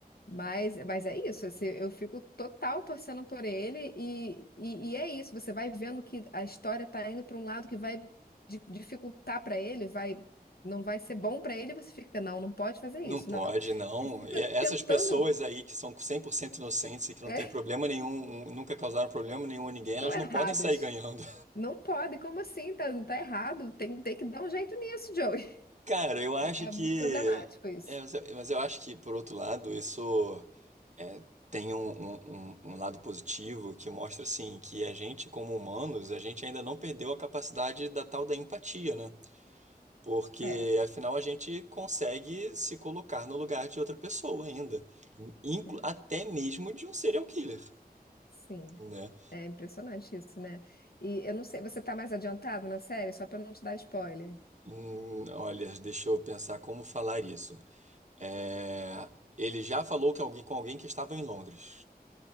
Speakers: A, on the left (about 70°); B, on the right (about 45°).
A: Mas, mas é isso, assim, eu fico total torcendo por ele e, e, e é isso, você vai vendo que a história tá indo para um lado que vai di- dificultar para ele, vai não vai ser bom para ele, e você fica, não, não pode fazer isso,
B: Não pode,
A: não.
B: não.
A: Você fica
B: E essas
A: tentando,
B: pessoas aí que são 100% inocentes e que não
A: <laughs> é,
B: tem problema nenhum, nunca causaram problema nenhum a ninguém,
A: estão
B: elas
A: erradas.
B: não podem sair ganhando.
A: Não pode, como assim? Tá, tá errado, tem, tem que dar um jeito nisso, Joey. <laughs>
B: <laughs> Cara, eu acho
A: É
B: que.
A: muito problemático isso.
B: é, mas eu mas eu acho que, por outro lado, isso tem um, um- um- um lado positivo que mostra, assim, que a gente, como humanos, a gente ainda não perdeu a capacidade da tal da empatia, né? Porque,
A: É,
B: afinal, a gente consegue se colocar no lugar de outra pessoa ainda. Inclu-
A: sim,
B: até mesmo de um serial killer
A: sim.
B: né?
A: É impressionante isso, né? E eu não sei, você tá mais adiantado na série? Só para não te dar spoiler.
B: Hum, olha, deixa eu pensar como falar isso. É, ele já falou que alguém, com alguém que estava em Londres.